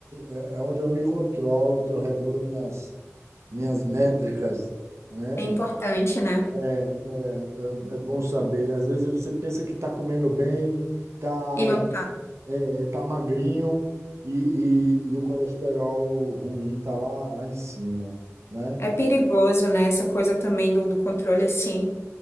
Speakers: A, on the right; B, on the left.
A: é é onde eu me controlo, que eu regulo minhas, minhas métricas, né?
B: É importante, né?
A: É, é, é, é bom saber. Às vezes você pensa que está comendo bem, está
B: E não tá.
A: é, tá magrinho e, e, e o colesterol ruim está lá, lá em cima, né?
B: É perigoso, né? Essa coisa também do, do controle, assim.